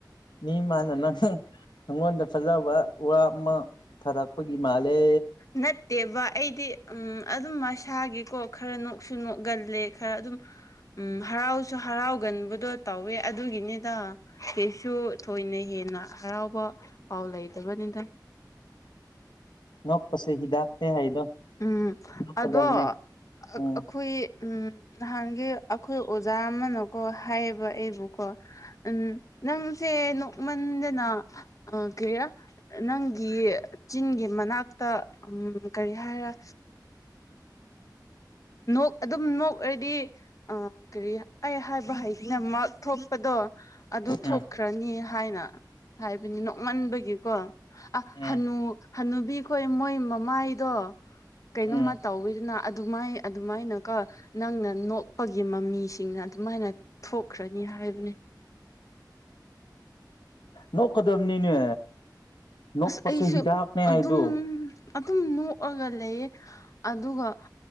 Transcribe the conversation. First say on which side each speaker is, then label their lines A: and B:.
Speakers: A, on the left; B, on the left.
A: ꯃꯤ ꯃꯥꯅꯦꯅ ꯑꯩꯉꯣꯟꯗ ꯐꯖꯕ ꯋꯥ ꯑꯃ ꯐꯥꯔꯛꯄꯒꯤ ꯃꯥꯜꯂꯦ
B: ꯅꯠꯇꯦꯕ ꯑꯩꯗꯤ ꯎꯝ ꯑꯗꯨꯝ ꯃꯁꯥꯒꯤꯀꯣ ꯈꯔ ꯅꯣꯛꯁꯨ ꯅꯣꯛꯒꯜꯂꯦ ꯈꯔ ꯑꯗꯨꯝ ꯎꯝ ꯍꯔꯥꯎꯁꯨ ꯍꯔꯥꯎꯒꯟꯕꯗꯣ ꯇꯧꯋꯦ ꯑꯗꯨꯒꯤꯅꯤꯗ ꯀꯩꯁꯨ ꯊꯣꯏꯅ ꯍꯦꯟꯅ ꯍꯔꯥꯎꯕ ꯄꯥꯎ ꯂꯩꯗꯕꯅꯤꯗ
A: ꯅꯣꯛꯄꯁꯦ ꯍꯤꯗꯥꯛꯅꯦ ꯍꯥꯏꯗꯣ
B: ꯎꯝ
A: ꯅꯣꯛꯀꯗꯕꯅꯦ
B: ꯑꯗꯣ ꯑꯩꯈꯣꯏ
A: ꯎꯝ
B: ꯎꯝ ꯅꯍꯥꯟꯒꯤ ꯑꯩꯈꯣꯏ ꯑꯣꯖꯥ ꯑꯃꯅꯀꯣ ꯍꯥꯏꯌꯦꯕ ꯑꯩ ꯑꯣ ꯎꯝ ꯅꯪꯁꯦ ꯅꯣꯛꯃꯟꯗꯅ ꯀ ꯅꯪꯒꯤ ꯆꯤꯟꯒꯤ ꯃꯅꯥꯛꯇ ꯎꯝ ꯀꯔꯤ ꯍꯥꯏꯔ ꯅꯣꯛ ꯑꯗꯨꯝ ꯅꯣꯛ ꯑꯣꯏꯔꯗꯤ ꯑ ꯀꯔꯤ ꯑꯩ ꯍꯥꯏꯕ꯭ꯔꯥ ꯍꯥꯏ ꯃꯛ ꯊꯣꯛꯄꯗꯣ ꯑꯗꯨ
A: ꯎꯝ
B: ꯅꯠꯇ꯭ꯔꯅꯤ ꯍꯥꯏꯅ ꯍꯥꯏꯕꯅꯤ ꯅꯣꯡꯃꯟꯕꯒꯤꯀꯣ ꯑ
A: ꯎꯝ
B: ꯍꯅꯨ ꯍꯅꯨꯕꯤꯈꯣ ꯃꯣꯏ ꯃꯃꯥꯏꯗꯣ ꯀꯩꯅꯣꯃ
A: ꯎꯝ
B: ꯇꯧꯋꯤꯗꯅ ꯑꯗꯨꯃꯥꯏ ꯑꯗꯨꯃꯥꯏꯅꯀꯣ ꯅꯪꯅ ꯅꯣꯛꯄꯒꯤ ꯃꯃꯤꯁꯤꯡꯅ ꯑꯗꯨꯃꯥꯏꯅ ꯊꯣꯛꯈ꯭ꯔꯅꯤ ꯍꯥꯏꯕꯅꯤ꯫
A: ꯅꯣꯛꯀꯗꯕꯅꯤꯅꯦ ꯅꯣꯛꯄꯁꯦ
B: ꯑꯁ ꯑꯩꯁꯨ
A: ꯍꯤꯗꯥꯛꯅꯦ
B: ꯑꯗꯨꯝ
A: ꯍꯥꯏꯗꯣ꯫
B: ꯑꯗꯨꯝ ꯅꯣꯛꯑꯒ ꯂꯩꯌꯦ ꯑꯗꯨꯒ